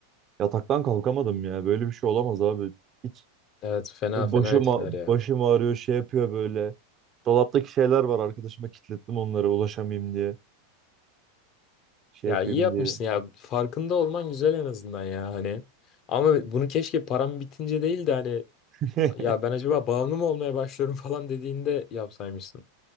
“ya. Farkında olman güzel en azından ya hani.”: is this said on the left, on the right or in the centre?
Left